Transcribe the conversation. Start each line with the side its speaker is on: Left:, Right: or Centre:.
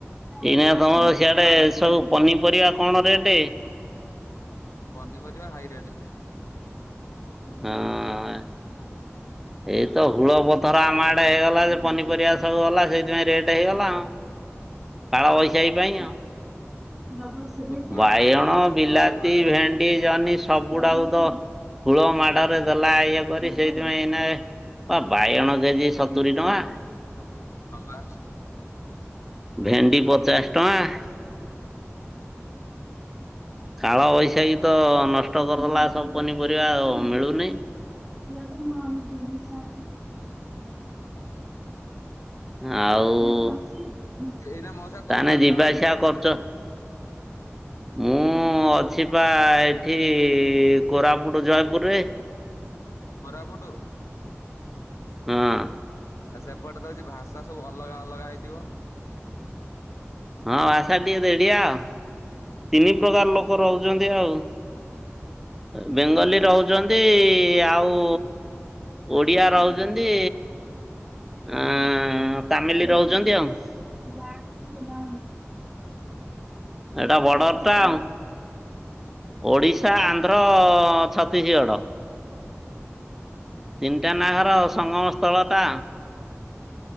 Centre: ଏଇନା ତମ ସିଆଡେ ସବୁ ପନିପରିବା କଣ ରେଟ୍?
Left: ପନିପରିବା ହାଇ ରେଟ୍।
Centre: ହଁ। ଏଇତ ହୁଳ ପଥର ଆମ ଆଡେ ହେଇଗଲା ଯେ ପନିପରିବା ସବୁ ଗଲା, ସେଇଥିପାଇଁ ରେଟ ହେଇଗଲା ଆଉ। କାଳ ବୈଶାଖୀ ପାଇଁ ଆଉ।
Left: ଯୁଆଡେ
Centre: ବାଇଗଣ,
Left: ହଉଛି
Centre: ବିଲାତି,
Left: ଜୋରରେ ହଉଛି
Centre: ଭେ ଇ ଜହ୍ନି ସବୁଡାକୁତ ହୁଳ ମାଡରେ ଦେଲା ଇଏ କରି ସେଇଥିପାଇଁ ଏଇନା ଅ ବାଇଗଣ କେଜି ସତୁରି ଟଙ୍କା।
Left: ହଁ ବା
Centre: ଭେଣ୍ଡି ପଚାଶ ଟଙ୍କା। କାଳ ବୈଶାଖୀ ତ ନଷ୍ଟ କରିଦେଲା ସବୁ ପନିପରିବା ଆଉ ମିଳୁନି। <unintelligible> ଆଉ ତାମାନେ
Left: ଏଇନା ମଉସା କୋଉଠି ଅଛ?
Centre: ଯିବା ଆସିବା କରୁଛ? ମୁଁ ମୁଁ ଅଛି ପା ଏଠି କୋରାପୁଟ, ଜୟପୁରରେ।
Left: କୋରାପୁଟୁ
Centre: ହଁ।
Left: ଆଉ ସେପଟେ ତ ହଉଛି ଭାଷା ସବୁ ଅଲଗା ଅଲଗା ହେଇଥିବ?
Centre: ହଁ ଆସା ଟିକେ ଦେଡ଼ିଆ ଆଉ। ତିନି ପ୍ରକାର ଲୋକ ରହୁଚନ୍ତି ଆଉ। ବେଙ୍ଗଲୀ ରହୁଚନ୍ତି ଆଉ ଓଡ଼ିଆ ରହୁଚନ୍ତି ଆ ତାମିଲ୍ ରହୁଚନ୍ତି ଆଉ। <unintelligible> ଏଟା ବୋର୍ଡରଟା ଆଉ। ଓଡ଼ିଶା, ଆନ୍ଧ୍ର, ଛତିଶଗଡ଼। ତିନିଟା ନାଖର ସଙ୍ଗମ ସ୍ଥଳଟା।